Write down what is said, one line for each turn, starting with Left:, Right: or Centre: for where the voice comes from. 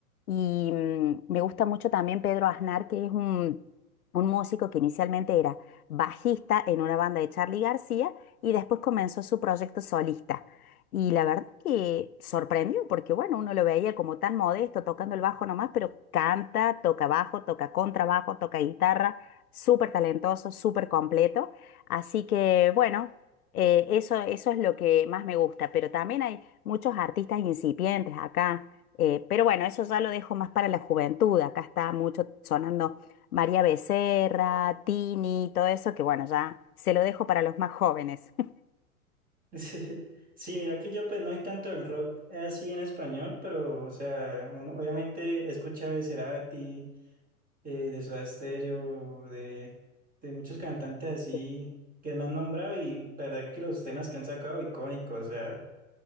Left: Y mm, me gusta mucho también Pedro Aznar, que es un, un músico que inicialmente era bajista en una banda de Charly García y después comenzó su proyecto solista. Y la verdad que sorprendió, porque bueno, uno lo veía como tan modesto, tocando el bajo nomás, pero canta, toca bajo, toca contrabajo, toca guitarra, súper talentoso, súper completo. Así que bueno, eh, eso, eso es lo que más me gusta, pero también hay muchos artistas incipientes acá. eh, pero bueno, eso ya lo dejo más para la juventud. Acá está mucho sonando María Becerra, Tini, todo eso, que bueno, ya se lo dejo para los más jóvenes.
Right: <laughs> Sí, mira que yo pues no hay tanto el rock así en español, pero o sea, uno- obviamente he escuchado de Cerati, eh, de Soda Stereo, de, de muchos cantantes así
Left: <laughs>
Right: que me han nombrado y la verdad que los temas que han sacado icónicos, o sea,